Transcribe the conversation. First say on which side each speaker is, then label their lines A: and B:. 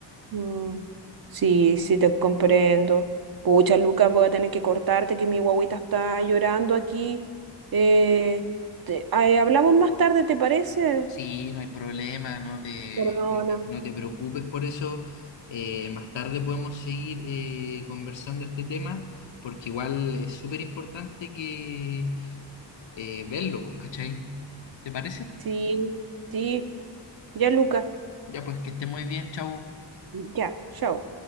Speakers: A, on the right (about 55°); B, on the left (about 80°).
A: Mm, Sí, sí, te comprendo. Pucha, Lucas, voy a tener que cortarte, que mi guagüita está llorando aquí. Eh, te- ay, hablamos más tarde, ¿te parece?
B: Sí, no hay problema, no te,
A: Perdona.
B: no te, no te preocupes por eso. Eh, más tarde podemos seguir eh, conversando este tema, porque igual es súper importante que eh, verlo, pues, ¿cachai? ¿Te parece?
A: Sí, sí, ya, Lucas,
B: Ya pues que esté muy bien, chau.
A: ya, chao.